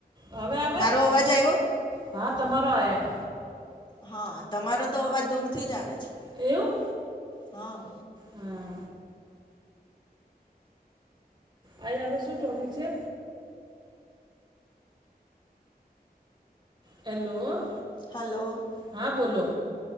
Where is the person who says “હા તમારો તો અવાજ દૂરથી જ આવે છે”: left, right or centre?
Left